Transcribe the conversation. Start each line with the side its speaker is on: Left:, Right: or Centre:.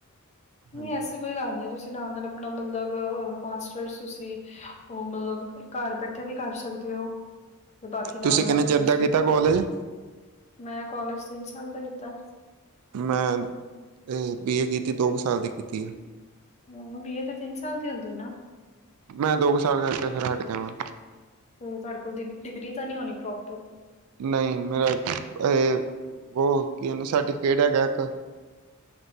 Left: ਨਹੀਂ
Right: ਹਾਂਜੀ
Left: ਐਸੀ ਕੋਈ ਗੱਲ ਨਹੀਂ ਤੁਸੀਂ ਨਾਲ, ਨਾਲ ਆਪਣਾ ਮਤਲਬ ਮਾਸਟਰਸ ਤੁਸੀਂ ਉਹ ਮਤਲਬ ਘਰ ਬੈਠੇ ਵੀ ਕਰ ਸਕਦੇ ਹੋ। ਤੇ ਬਾਕੀ ਨਾਲ-
Right: ਤੁਸੀਂ
Left: ਨਾਲ
Right: ਕਿੰਨੇ
Left: ਆਪਣਾ
Right: ਚਿਰ
Left: ਤੂਸੀਂ
Right: ਦਾ ਕੀਤਾ ਕੋਲਜ
Left: ਮੈਂ ਕਾਲਜ ਤਿੰਨ ਸਾਲ ਦਾ ਕੀਤਾ।
Right: ਮੈਂ ਇਹ ਬੀ ਏ ਕੀਤੀ ਦੋ ਕੁ ਸਾਲ ਦੀ ਕੀਤੀ ਹੈ।
Left: ਹ ਬੀ ਏ ਤਾਂ ਤਿੰਨ ਸਾਲ ਦੀ ਹੁੰਦੀ ਨਾ!
Right: ਮੈਂ ਦੋ ਕੁ ਸਾਲ ਕਰਕੇ ਫੇਿਰ ਹਟ ਗਿਆ ਵਾ-
Left: ਉਹ ਤਾਡੇ ਕੋਲ ਡਿਗਰੀ ਤਾਂ ਨਹੀਂ ਹੋਉਣੀ ਪ੍ਰੋਪਰ।
Right: ਨਹੀਂ ਮੇਰਾ ਇਹ ਬ ਕੀ ਇਹਨ ਸਰਟੀਫਿਕੇਟ ਹੈਗਾ ਇੱਕ।